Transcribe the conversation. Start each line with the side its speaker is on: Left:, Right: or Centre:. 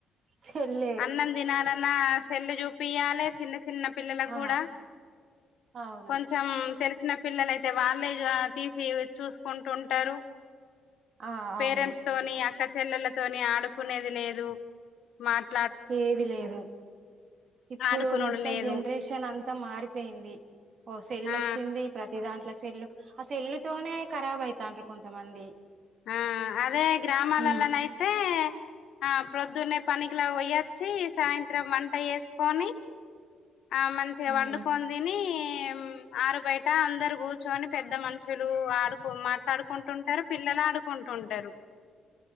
Right: సెల్లే
Left: అన్నం తినాలన్నా సెల్లు చూపియ్యాలే చిన్ను కు చిన్న పిల్లలకు
Right: ఆ
Left: కూడా
Right: అవును
Left: కొంచెం తెలిసిన పిల్లలు అయితే వాళ్ళే తీసి చూసుకుంటు ఉంటారు
Right: ఆ
Left: పేరెంట్స్
Right: అవును
Left: తోని అక్క చెల్లెలతోని ఆడుకునేది లేదు మాత్
Right: ఏది లేదు ఇప్పుడు
Left: ఆడుకునుడు
Right: మొత్తం
Left: లేదు
Right: జనరేషన్ అంతా మారిపోయింది సెల్
Left: ఆ
Right: వచ్చింది ప్రతి దాంట్లో సెల్లు ఆ సెల్లు తోనే ఖరాబ్ అయ్యితండ్రి కొంతమంది
Left: ఆ అదే గ్రామాలలా
Right: ఉమ్
Left: నైతే ఆ ప్రొద్దు నే పనికికిలా వయ్యొచ్చి సాయంత్రం వంట వేసుకొని ఆ మంచిగా
Right: ఉమ్
Left: వండుకొని తిని ఏమ్ ఆరు బయట అందరు కూర్చొని పెద్ద మనుషులు ఆడుకో మాట్లాడుకుంటు ఉంటారు పిక్ పిల్లలు ఆడుకుంటు ఉంటారు